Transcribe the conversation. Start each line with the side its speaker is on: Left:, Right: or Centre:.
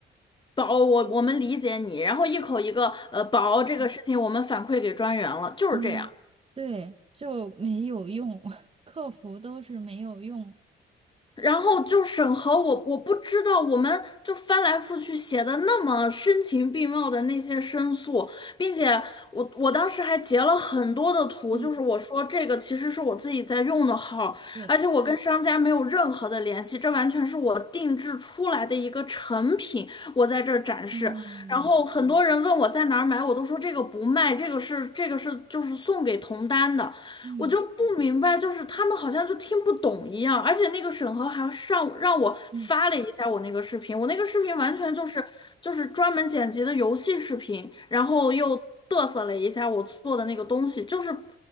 Left: 宝，我我们理解你，然后一口一个呃宝这个事情我们反馈给专员了，就是这样。
Right: 嗯，对，就没有用，<laughs> 客服都是没有用，
Left: 然后就审核我，我不知道，我们就翻来覆去写的那么深情并茂的那些申诉，并且我我当时还截了很多的图，
Right: 嗯
Left: 就是我说这个其实是我自己在用的号，
Right: 对，
Left: 而且我跟商家没有任何的联系，这完全是我定制出来的一个成品，我在这儿展示。
Right: 嗯
Left: 然后很多人问我在哪儿买，
Right: 嗯
Left: 我都说这个不卖，这个是这个是就是送给同单的。
Right: 嗯
Left: 我就不明白，就是他们好像就听不懂一样，而且那个审核还上让我发了一下我那个视频，
Right: 嗯。
Left: 我那个视频完全就是就是专门剪辑的游戏视频，
Right: 嗯，对
Left: 然后又嘚瑟了一下我做的那个东西，就是